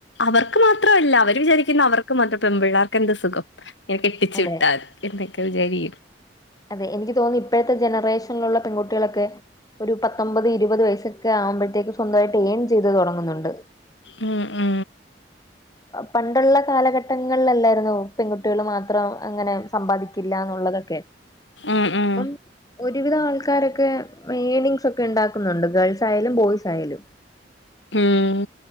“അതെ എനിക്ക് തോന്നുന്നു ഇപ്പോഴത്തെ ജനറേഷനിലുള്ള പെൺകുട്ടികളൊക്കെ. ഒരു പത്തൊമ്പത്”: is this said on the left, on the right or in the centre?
Left